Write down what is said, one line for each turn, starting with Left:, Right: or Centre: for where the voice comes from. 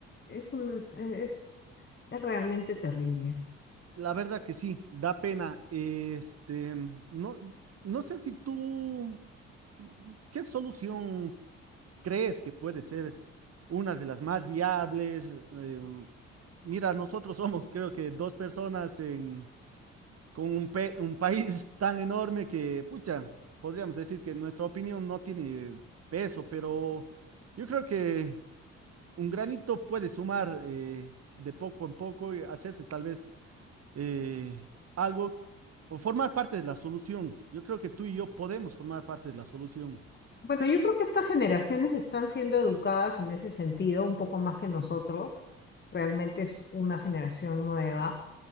Left: Es un, es, es realmente terrible.
Right: La verdad que sí, da pena. Este, no, no sé si tú, mm, ¿qué solución crees que puede ser una de las más viables? Eh, mira, nosotros somos creo que dos personas en, con un, pe- un país <laughs> tan enorme que, pucha, podríamos decir que nuestra opinión no tiene peso, pero yo creo que un granito puede sumar eh, de poco en poco y hacerse tal vez eh, algo o formar parte de la solución. Yo creo que tú y yo podemos formar parte de la solución.
Left: Bueno, yo creo que estas generaciones están siendo educadas en ese sentido, un poco más que nosotros. Realmente es una generación nueva.